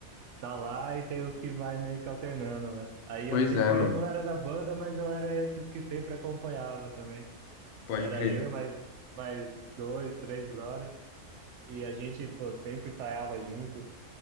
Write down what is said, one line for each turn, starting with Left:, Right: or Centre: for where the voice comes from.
Right: tá lá, e tem os que vai meio que alternando, né? Aí
Left: Pois
Right: eu sempre,
Left: é, mano.
Right: eu não era da banda, mas eu era esses que sempre acompanhava também.
Left: Pode
Right: Era
Left: crer.
Right: eu e mais, mais dois, três brother, e a gente, pô, sempre ensaiava junto,